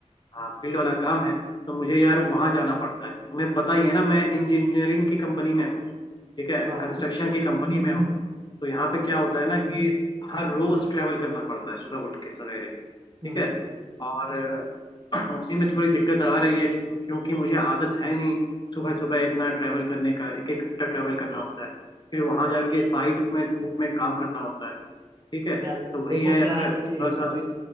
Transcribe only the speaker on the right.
हाँ
हाँ
हम्म
यार
देखो
क्या है ना
कि
अभी